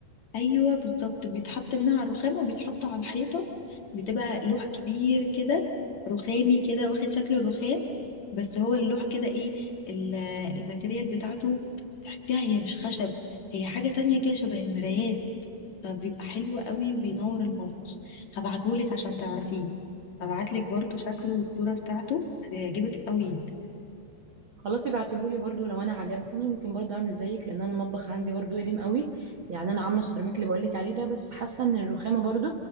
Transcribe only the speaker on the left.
أيوة بالظبط بيتحط منها على الرخام وبيتحط على الحيطة بتبقى لوح كبير كده رخامي كده واخد شكل الرخام بس هو اللوح كده ايه ال- الماتيريال بتاعته تحسيها هي مش خشب هي حاجة تانية كده شبه المرايات فبيبقى حلو قوي وبينور المطبخ هبعتهولك عشان تعرفيه هبعتلك برضو شكله والصورة بتاعته هيعجبك قوي